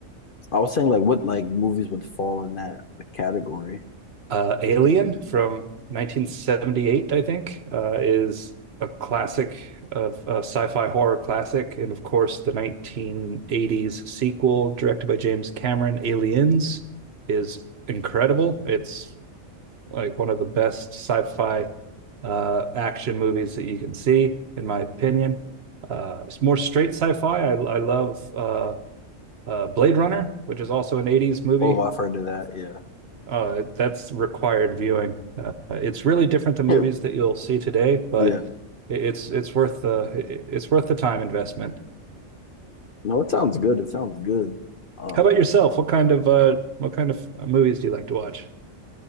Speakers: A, on the left; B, on the right.
A: I was saying like what like movies would fall in that like, category.
B: Uh, Alien from 1978, I think, uh, is a classic of a sci-fi horror classic, and of course, the 1980s sequel directed by James Cameron, Aliens, is incredible. It's like one of the best sci-fi uh, action movies that you can see, in my opinion. Uh, it's more straight sci-fi. I, I love uh, uh, Blade Runner, which is also an 80s movie.
A: Oh, I've heard of that. Yeah.
B: Uh, that's required viewing. Uh, it's really different than
A: <laughs>
B: movies that you'll see today, but
A: Yeah.
B: it's it's worth the it's worth the time investment.
A: No, it sounds good. It sounds good. Um
B: How about yourself? What kind of uh what kind of uh, movies do you like to watch?